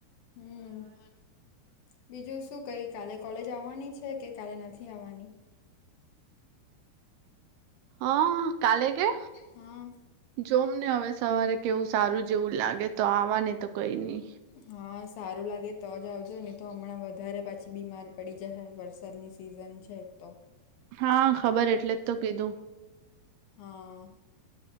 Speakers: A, on the left; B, on the right.
A: હમ્મ. <unintelligible> બીજું શું કહી કાલે કોલેજ આવવાની છે કે કાલે નથી આવવાની.
B: હા કાલે કે
A: હા
B: જોમ ને હવે સવારે કેવું સારું જેવું લાગે તો આવા ને તો કઈ ની.
A: હા સારું લાગે તો જ આવજો ની તો હમણાં વધારે પાછી બીમાર પડી જાહે વરસાદની સિઝન છે એક તો.
B: હા ખબર એટલે જ તો કીધું
A: હ